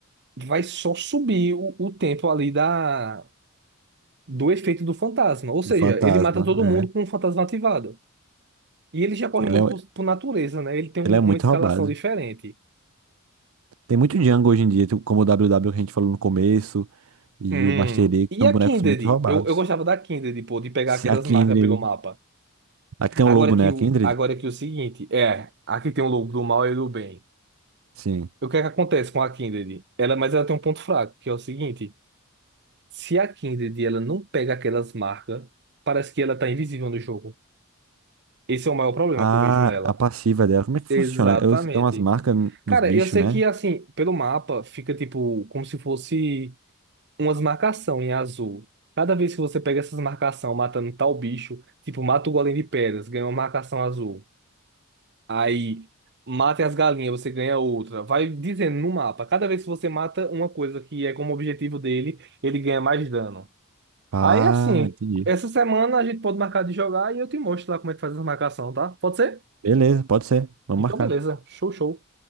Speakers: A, on the right; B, on the right.
A: vai só subir o, o tempo ali da do efeito do fantasma. Ou seja,
B: Do fantasma,
A: ele mata todo mundo
B: é.
A: com o fantasma ativado. E ele já corre
B: Ele
A: muito
B: é,
A: por, por natureza, né? Ele tem um-
B: ele é muito
A: uma escalação
B: roubado.
A: diferente.
B: Tem muito Django hoje em dia, tu- como o WW que a gente falou no começo, e
A: Hum.
B: o Master Yi, que
A: E
B: são
A: a
B: bonecos
A: Kindred?
B: muito roubados.
A: Eu, eu gostava da Kindred, pô, de pegar
B: Se
A: aquelas
B: a Kindred.
A: marcas pelo mapa.
B: Aqui
A: Agora
B: tem um lobo,
A: que
B: né? A
A: o,
B: Kindred?
A: agora que o seguinte, é, aqui tem o lobo do mal e do bem.
B: Sim.
A: O que é que acontece com a Kindred? Ela, mas ela tem um ponto fraco, que é o seguinte, se a Kindred ela não pega aquelas marcas, parece que ela tá invisível no jogo. Esse é o maior problema
B: A,
A: que eu vejo nela.
B: a passiva dela, como é que funciona?
A: Exatamente.
B: É, os- é umas marcas n-
A: Cara,
B: nos bichos,
A: eu sei
B: né?
A: que assim, pelo mapa fica tipo como se fosse umas marcação em azul. Cada vez que você pega essas marcação matando tal bicho, tipo, mata o golem de pedras, ganha uma marcação azul. Aí, mata as galinhas, você ganha outra. Vai dizendo no mapa. Cada vez que você mata uma coisa que é como objetivo dele, ele ganha mais dano.
B: Ah,
A: Aí, assim,
B: entendi.
A: essa semana a gente pode marcar de jogar e eu te mostro lá como é que faz essa marcação, tá? Pode ser?
B: Beleza, pode ser. Vamos
A: Então,
B: marcar.
A: beleza. Show, show.